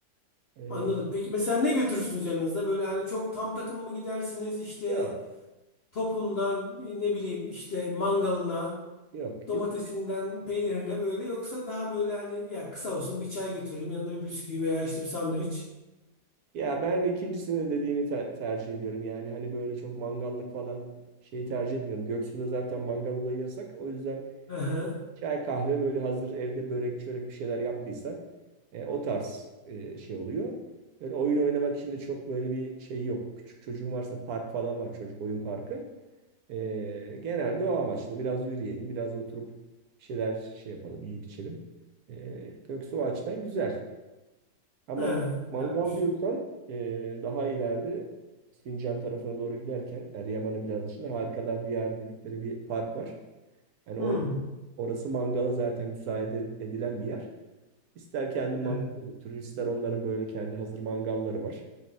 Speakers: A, on the right; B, on the left.
A: E,
B: anladım. Peki mesela ne götürürsünüz yanınızda? Böyle hani çok tam takım mı gidersiniz? İşte
A: Yok.
B: topundan e, ne bileyim işte mangalına,
A: yok.
B: domatesinden
A: Biz,
B: peynirine böyle yoksa daha böyle hani ya kısa olsun bir çay götürelim yanında bir bisküvi veya işte bir sandviç.
A: ya ben ikincisini dediğini te- tercih ediyorum. Yani hani böyle çok mangallık falan şeyi tercih etmiyorum. Göksu'da zaten mangal olayı yasak. O yüzden
B: Hı hı.
A: Çay kahve böyle hazır evde börek çörek bir şeyler yaptıysan e, o tarz e, şey oluyor. Böyle oyun oynamak için de çok böyle bir şey yok. Küçük çocuğun varsa park falan var çocuk oyun parkı. E, genelde o amaçla biraz yürüyelim biraz oturup bir şeyler şey yapalım yiyip içelim. E, yoksa o açıdan güzel. Ama
B: He,
A: mangal
B: güzelmiş.
A: diyorsan e, daha ileride Sincan tarafına doğru giderken Eryaman'ın biraz dışında Harikalar Diyarı dedikleri bir park var. Yani or-
B: Hmm,
A: orası mangala zaten müsaade edilen bir yer. İster kendi mangala
B: evet.
A: götürür, ister onların böyle kendi hazır mangalları var.